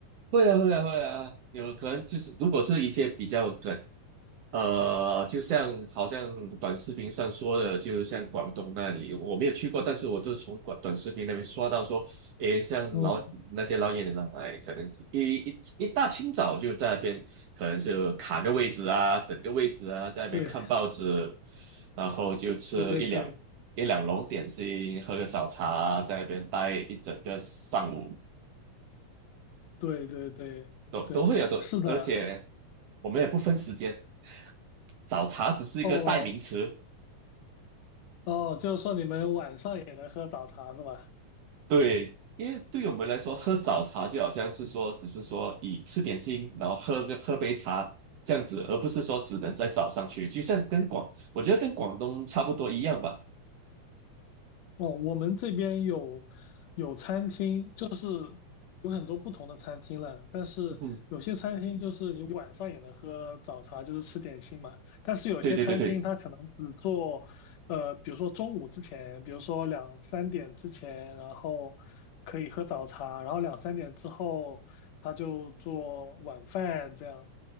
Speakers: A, on the right; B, on the left.
A: 会啊，会啊，会啊，有可能就是，如果是一些比较可呃，就像好像短视频上说的，就像广东那里，我没有去过，但是我就是从短短视频那边刷到说，诶，像老那些老演员来，
B: 嗯，
A: 哎可能一一一大清早就在那边，可能就卡个位置啊，等个位置啊，在那边看报纸，
B: 对，
A: 然后就吃一两一两笼点心，
B: 对对对
A: 喝个早茶啊，在那边待一整个上午。
B: 对对对对，
A: 都都会有都，
B: 是的。
A: 而且我们也不分时间，早茶只是一个代名词。
B: 哦哦，就是说你们晚上也能喝早茶是吧？
A: 对，因为对我们来说，喝早茶就好像是说，只是说以吃点心，然后喝个喝杯茶这样子，而不是说只能在早上去，就像跟广，我觉得跟广东差不多一样吧。
B: 哦，我们这边有有餐厅，就是有很多不同的餐厅了。但是有些餐厅就是你晚上也能喝早茶，
A: 嗯，
B: 就是吃点心嘛。但是有些餐厅它可能只做，
A: 对对对对
B: 呃，比如说中午之前，比如说两三点之前，然后可以喝早茶，然后两三点之后他就做晚饭这样。